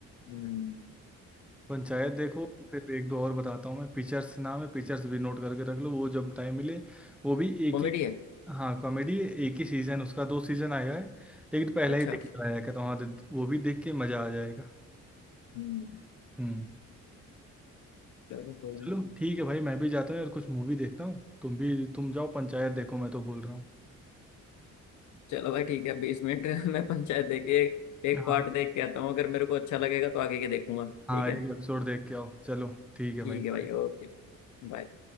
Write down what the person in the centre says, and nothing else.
पंचायत देखो फिर एक दो और बताता हूँ मैं पिक्चर्स नाम है पिक्चर्स भी नोट करके रख लो वो जब टाइम मिले वो भी एक
ही
हाँ कॉमेडी एक ही सीजन उसका दो सीजन आया है लेकिन पहला
ही देख चला आया कहता हूँ हाँ दे- वो भी देख के मज़ा आ जाएगा
हम्म
चलो
ठीक है भाई मैं भी जाता हूँ यार कुछ मूवी देखता हूँ तुम भी तुम जाओ पंचायत देखो मैं तो बोल रहा हूँ
हाँ
हाँ
एक एपिसोड देख के आओ चलो ठीक है
भाई बाय